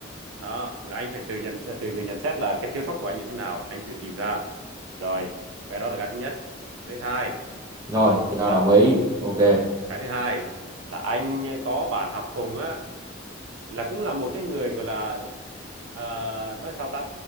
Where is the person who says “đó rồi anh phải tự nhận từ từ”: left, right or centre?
Right